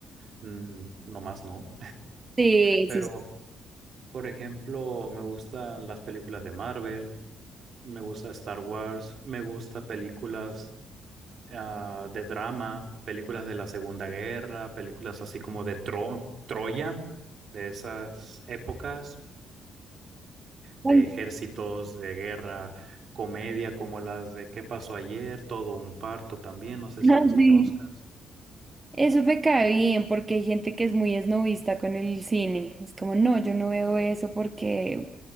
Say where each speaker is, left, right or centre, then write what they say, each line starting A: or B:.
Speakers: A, on the right; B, on the right.
A: mm, nomás no.
B: Sí,
A: Pero,
B: sí, sí. <laughs>
A: por ejemplo, me gustan las películas de Marvel, me gusta Star Wars, me gusta películas ah, de drama, películas de la Segunda Guerra, películas así como de Tro- Troya, de esas épocas,
B: Bueno,
A: de ejércitos, de guerra, comedia como las de ¿Qué pasó ayer? Todo un parto también, no sé si
B: ah,
A: las conozcas.
B: sí. Eso me cae bien porque hay gente que es muy esnovista con el cine. Es como, no, yo no veo eso porque